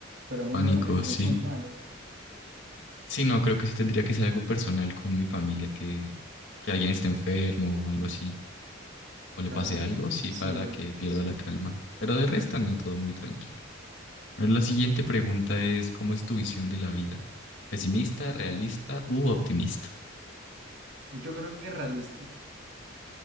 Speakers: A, on the right; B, on the left.
A: pero
B: El
A: muy
B: pánico,
A: horrible,
B: sí.
A: <laughs> muy malo.
B: Sí, no, creo que sí tendría que ser algo personal con mi familia, que, que alguien esté enfermo o algo así, o
A: Claro,
B: le pase algo, sí,
A: sí.
B: para que pierda la calma. Pero de resto, no, todo muy tranquilo. Bueno, la siguiente pregunta es, ¿cómo es tu visión de la vida? ¿Pesimista, realista u optimista?
A: Yo creo que realista.